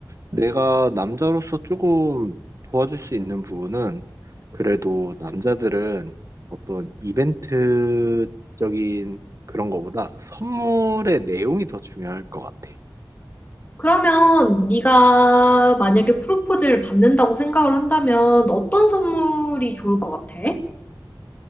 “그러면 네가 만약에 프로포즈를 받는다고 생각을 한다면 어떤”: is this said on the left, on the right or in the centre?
Left